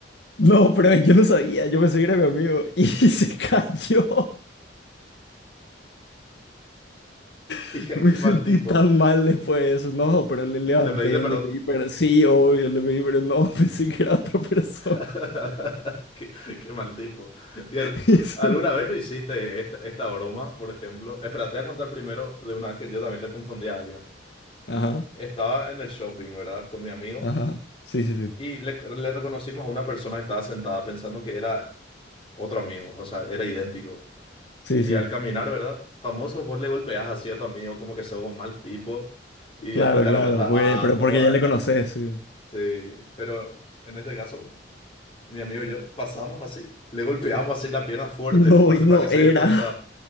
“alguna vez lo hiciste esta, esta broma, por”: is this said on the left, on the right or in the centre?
Left